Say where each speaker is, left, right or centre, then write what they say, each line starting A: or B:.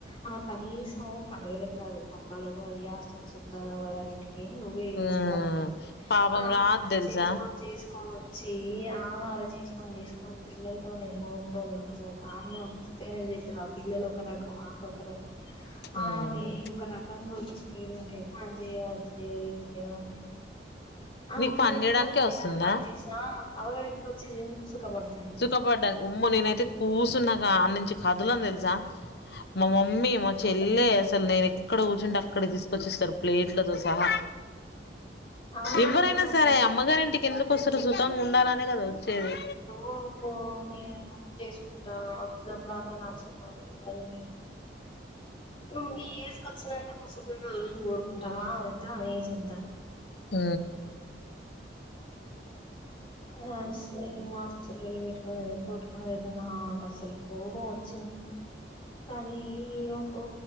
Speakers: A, on the left; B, on the left.
A: ఆమె కనీసం పండగలకు రాదు పబ్బాలకు రాదు వేస్ట్ వచ్చిందా రారి ఇంటికి నువ్వే ఇదా
B: ఉమ్,
A: తీసుకోపొదువు అని
B: పాపం రాదు
A: అడా
B: తెలుసా
A: చేసుకొని చేసుకొని వోచి వచ్చి అమ్మే అడా చేసుకొని చేసుకొని పిల్లలతోని మొగుడు తోని ఒకసారి అన్ననే చెసు ఆ పిల్లలు ఒక రకం ఆళ ఒక రకం
B: ఉమ్,
A: అవి ఒక రకంగా చీలు ఉంటాయి పని చెయ అది చెయ ఇది చేయవు అంటే ఆ
B: నీకు
A: ఉన్నా
B: పని
A: లేకున
B: చేయడానికే
A: నవే
B: వస్తుందా
A: కదా పని చేసా అవగారు ఇంటికి వచ్చేందుకు సుఖపడుతు
B: సుఖపడ్డానికి ఉమ్మో నేనైతే కూర్చున్నాక అన్నించి కదులని తెలుసా మా మమ్మీ మా చే ల్లె అసలు నేను ఎక్కడ కూర్చుంటే అక్కడి తీసుకొచ్చిస్తారు ప్లేట్లతో సహా
A: అవ్వగారింటికి
B: ఎవ్వరైనా సరే అమ్మగారి ఇంటికి ఎందుకుస్తారు సుతంగా ఉండాలనే కదా వచ్చేది
A: ఓరకు నేను రోజ చేసుకుంటా వచ్చినప్పుడు అన్న నాకు సుఖాలు అవు నువ్వు ఈ ఏజ్ క వచ్చినంక నువ్వు సుఖం కావాల కోరుకుంటావా ఎంత మేజ్ ఎంత
B: ఆ
A: ఆ సరే మా అత్త లొల్లి పెట్టుకుని లేదో నాకు అసలు కోపం వచ్చింది కానీ ఈమకు